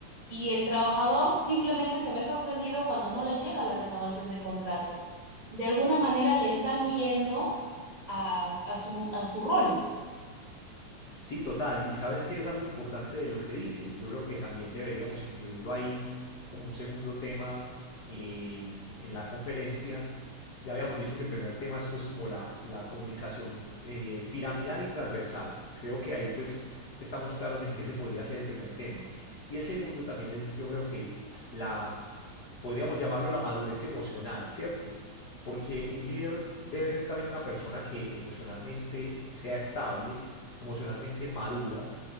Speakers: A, on the right (about 35°); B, on the left (about 70°).
A: Y el trabajador simplemente se ve sorprendido cuando no le llega la renovación de contrato. De alguna manera le están huyendo a, a su, a su rol.
B: Sí, total. Y sabes que es algo importante de lo que dices. Yo creo que también deberíamos incluirlo ahí como un segundo tema en, en la conferencia. Ya habíamos dicho que el primer tema es pues como la, la comunicación eh, piramidal y transversal. Creo que ahí pues estamos claros en qué se podría ser el primer tema. Y el segundo también es yo creo que la podríamos llamarlo la madurez emocional, ¿cierto? Porque un líder debe ser también una persona que emocionalmente sea estable, emocionalmente madura,